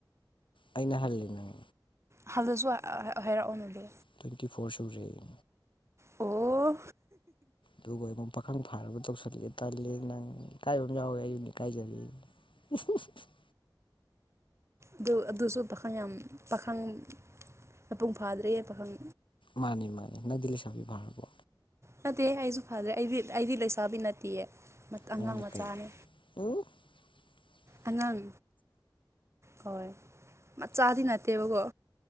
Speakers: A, on the left; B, on the right.
A: ꯑꯩꯅ ꯍꯜꯂꯦ ꯅꯪ
B: ꯍꯜꯂꯖꯨ ꯑ ꯑ ꯍꯥꯏꯔꯛꯑꯣꯅꯦꯗꯣ
A: ꯇ꯭ꯋꯦꯟꯇꯤ ꯐꯣꯔ ꯁꯨꯔꯦ ꯑꯩꯗꯤ
B: ꯑꯣ...
A: ꯑꯗꯨꯒ ꯑꯩꯉꯣꯟ ꯄꯥꯈꯪ ꯐꯥꯔꯕ ꯇꯧꯁꯜꯂꯛꯑꯦ ꯇꯜꯂꯦ ꯅꯪ ꯏꯀꯥꯏꯕ ꯑꯃ ꯌꯥꯎꯋꯦ ꯑꯩ ꯑꯣꯢꯅ ꯏꯀꯥꯏꯖꯔꯦ <unintelligible>
B: ꯑꯗꯨ ꯑꯗꯨꯁꯨ ꯄꯥꯈꯪ ꯌꯥꯝ ꯄꯥꯈꯪ ꯃꯄꯨꯡ ꯐꯥꯗ꯭ꯔꯤꯌꯦ ꯄꯥꯈꯪ
A: ꯃꯥꯅꯤ ꯃꯥꯅꯤ ꯅꯪꯗꯤ ꯂꯩꯁꯥꯕꯤ ꯐꯥꯔꯔꯕꯣ
B: ꯅꯠꯇꯦ ꯑꯩꯁꯨ ꯐꯗ꯭ꯔꯦ ꯑꯩꯗꯤ ꯑꯩꯗꯤ ꯂꯩꯁꯥꯕꯤ ꯅꯠꯇꯤꯌꯦ
A: ꯅꯪꯅ
B: ꯑꯉꯥꯡ ꯃꯆꯥꯅꯦ
A: ꯀꯩ <unintelligible>
B: ꯑꯉꯥꯡ ꯍꯣꯏ ꯃꯆꯥꯗꯤ ꯅꯠꯇꯦꯕꯀꯣ